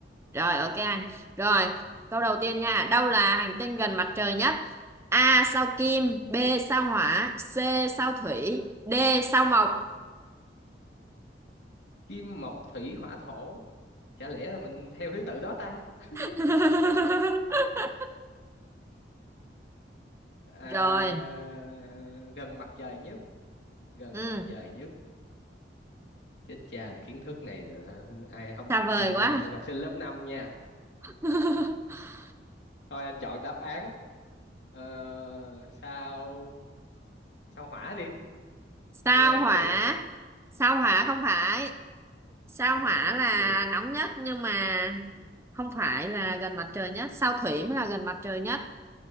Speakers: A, on the right (about 15°); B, on the left (about 75°).
A: rồi ok anh. Rồi, câu đầu tiên nha. Đâu là hành tinh gần mặt trời nhất? A sao Kim, B sao Hỏa, C sao Thủy, D sao Mộc.
B: kim mộc thủy hỏa thổ chả lẽ là mình theo thứ tự đó ta <laughs>
A: <laughs>
B: à,
A: Rồi.
B: gần mặt trời nhất gần
A: Ừ,
B: mặt trời nhất chết cha kiến thức này là ai không
A: xa
B: ai
A: vời
B: thông
A: quá.
B: minh hơn học sinh lớp 5 nha
A: <laughs>
B: thôi anh chọn đáp án ờ, sao sao hỏa đi
A: sao
B: quên mất
A: Hỏa.
B: tiêu rồi
A: Sao Hỏa không phải. sao hỏa
B: chết
A: là
B: chưa
A: nóng nhất nhưng mà không phải là gần mặt trời nhất sao thủy mới là gần mặt trời nhất